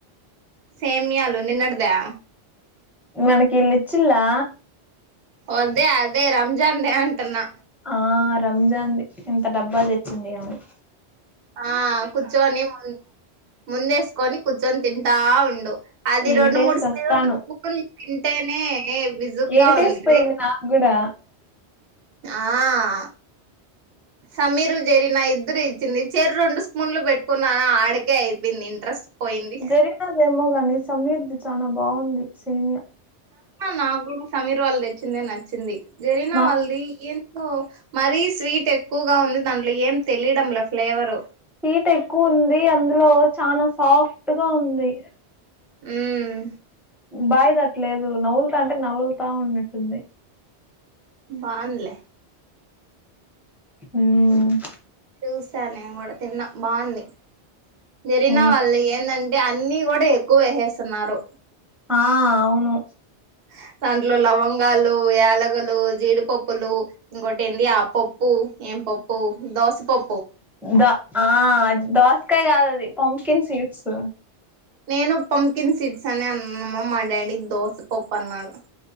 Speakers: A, on the right; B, in the centre.
A: సెమియాలు నిన్నటిదా
B: మనకి ఇల్ ఇచ్చిలా
A: వదే అదే రంజాన్దే అంటన్నా
B: ఆ రంజాన్ది ఇంత డబ్బా తెచ్చింది ఆమే
A: ఆ కుచొని ము ముందేస్కని కురుచోని తింటా రెండు అది
B: ఎగిటేసి
A: రెండు మూడు
B: సస్తాను
A: సైలు తింటేనే బిజుగ్గా
B: ఎగిటేసిపోయింది
A: ఉంది
B: నాకు కూడా
A: ఆ సమీరు జరినా ఇద్దరు ఇచ్చింది చెర రెండు స్పూన్లు పెట్టుకున్నాను ఆడకే అయిపోయింది ఇంట్రెస్ట్ పోయింది
B: జరినదేమో గాని సమీర్ ది చాలా బాగుంది సేమీయ
A: నాకు కూడా సమీర్ వాళ్ళు తెచ్చిందే నచ్చింది జరినా
B: మా
A: వాళ్ళది ఏం టో మరీ స్వీట్ ఎక్కువగా ఉంది దాంట్లో ఏం తెలియడంలా ఫ్లేవరు
B: సీట్ ఎక్కువ ఉంది అందులో చనా సాఫ్ట్గా ఉంది
A: ఉమ్
B: బాయి దట్టలేదు నవ్లుతా అంటే నవ్లుతా ఉన్నట్టుంది
A: బాన్లే
B: హ్మ్
A: చూసా నేను కూడా తిన్నా బాగుంది జరిన
B: హ్మ్
A: వాళ్ళు ఏందంటే అంటే అన్ని కూడా ఎక్కువ వేసేస్తున్నారు
B: ఆ అవును
A: ఆ దాంట్లో లవంగాలు యాలగలు జీడిపప్పులు ఇంకోటి ఏంది ఆప్పప్పు ఏం పప్పు దోస ప
B: ద ఆ దోసకాయ గాదది పంప్కిన్ సీడ్స్
A: నేను పంకిన్ సిడ్స్ అనే అన్నామ్మా మా డాడీ దోసపప్పు అన్నాడు